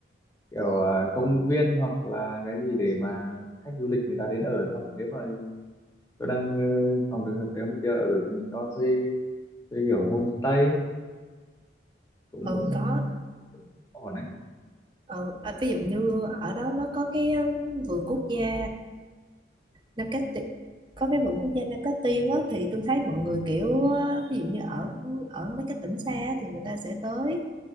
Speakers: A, on the left; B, on the right.
A: kiểu ờ, công viên hoặc là cái gì để mà khách du lịch người ta đến ở không nếu mà tôi đang ờ, phòng trường hợp nếu mà chưa ở thì mình cho thuê thuê kiểu homestay cũng
B: ừ
A: cũng
B: có
A: cũng ổn đấy
B: ừ, à, ví dụ như ở đó nó có cái um, vườn quốc gia Nam Cát Tiên có cái vườn quốc gia Nam Cát Tiên á thì tôi thấy mọi người kiểu á, ví dụ như ở ở mấy cái tỉnh xa á, thì người ta sẽ tới